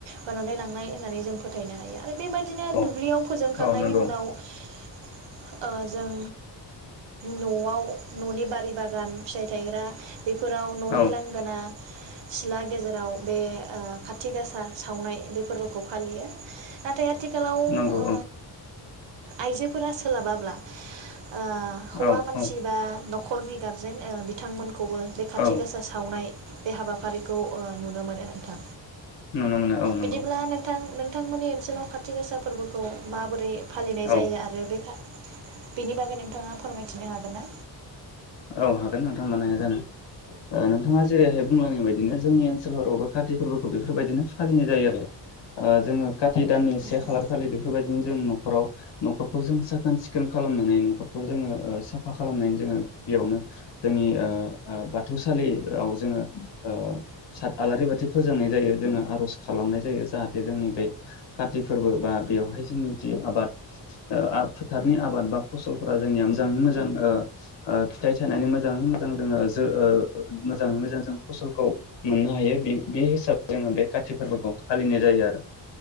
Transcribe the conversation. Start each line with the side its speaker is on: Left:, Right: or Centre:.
Right: होनानै लांनाय, होननानै जों फोथायनो हाया, आरो बेबायदिनो
Left: औ
Right: दुब्लियाव फोजोंखांनायनि
Left: औ नंगौ
Right: उनाव ओ जों न'आव न'नि बारि बागान फिथाइ थायग्रा बेफोराव ननि
Left: औ
Right: लांगोना सिला गेजेराव बे ओ खाथि गासा सावनाय बे फोरबो खौ फालियो नाथाय आथिखालाव ओ
Left: नंगौ औ
Right: आइजोफोरा सोलाबाब्ला ओ हौवा
Left: औ
Right: मानसि
Left: औ
Right: बा, नि गारजेन ओ बिथांमोन, खौबो जे खाथि
Left: औ
Right: गासा सावनाय, बे हाबाफारिखौ ओ नुनो मोनो, नोंथां
Left: नुनो मोनो औ नंगौ
Right: बिदिब्ला नोंथां नों नोंथांमोननि ओनसोलाव खाथि गोसा फोरबोखौ माबोरै, फालिनाय
Left: औ
Right: जायो आरो बे खा बेनि बागै नोंथाङा फोरमायथिनो हागोन ना?
Left: औ हागोन नोंथां मानो हाया जानो ओ नोंथाङा जेरैहाय बुंलांनाय बायदिनो जोंनि ओनसोलफोरावबो काति फोरबोखौ बेफोर बायदिनो फालिनाय जायो आरो ओ जोङो, खाथि दाननि से
Right: ना
Left: खालार खालि बेफोर बायदिनो जों न न'खराव न'खरखौ जों साखोन सिखोन खालामनानै न'खरखौ जोङो ओ साफा खालामनानै जोङो, बेयावनो जोंनि ओ ओ बाथौसालियाव जोङो ओ साद आलारि बाथि फोजोंनाय जायो जोङो आरज खालामनाय जायो जाहाथे जोंनि बे काति फोरबो बा बेवहाय जोंनि जि ओ आबाद फोथारनि आबाद बा फसलफोरा जोंनिया मोजाङै मोजां ओ, ओ फिथाइ सानानै मोजाङै मोजां जोङो जो ओ मोजाङै मोजां जों फसलखौ मोननो हायो बे बे हिसाबै जोङो बे कारति फोरबोखौ फालिनाय जायो आरो